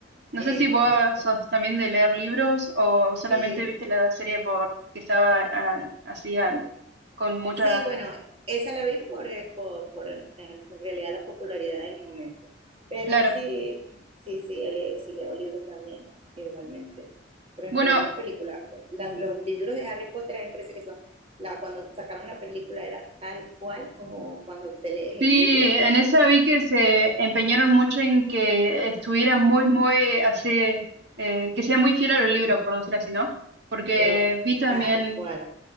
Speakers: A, on the right; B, on the right.
A: No
B: Es
A: sé si vos
B: correcto.
A: sos también de leer libros o solamente
B: Sí,
A: viste la serie porque estaba ah, así al- con mucha...
B: Sí, bueno, esa la vi por, eh, por, por, en en realidad la popularidad del momento. Pero
A: Claro.
B: sí, sí, sí, le- sí leo libros también, igualmente. Por ejemplo,
A: Bueno,
B: una película, pues, la- los libros de Harry Potter a mí me parece que son, la, cuando sacaron la película era tal cual como cuando te lees
A: sí,
B: el libro,
A: en esa vi que se empeñaron mucho en que estuviera muy, muy así, eh, que sea muy fiel a los libros, por decirlo así, ¿no? porque
B: pero
A: vi también
B: tal cual,